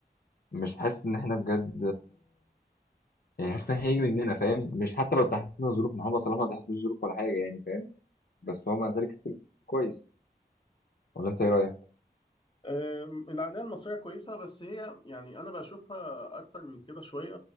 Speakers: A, on the left; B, on the left.
A: مش حاسس إن إحنا بجد يعني حاسس إن إحنا هيجي مننا فاهم مش حتى لو تحسينا ظروف محمد صلاح ما تحسناش ظروف ولا حاجة يعني فاهم بس هو مع ذلك ستيل كويس ولا انت ايه رايك
B: آم، العقليه المصريه كويسه بس هي يعني انا بشوفها اكتر من كده شويه